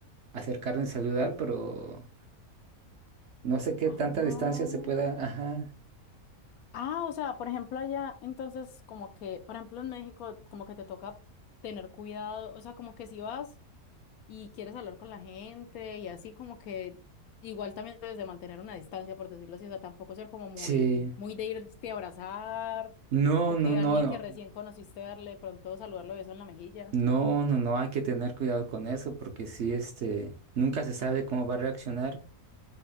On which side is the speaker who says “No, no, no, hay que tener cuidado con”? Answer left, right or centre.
Right